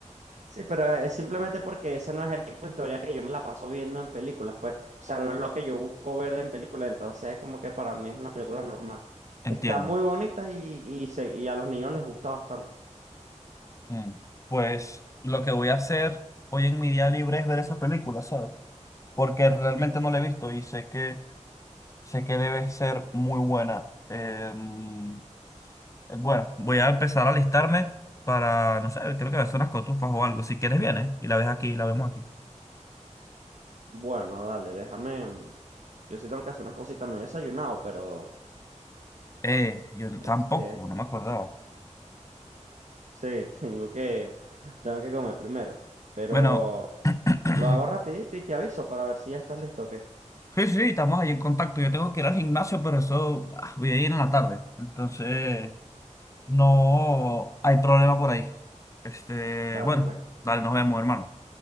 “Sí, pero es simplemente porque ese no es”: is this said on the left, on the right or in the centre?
Right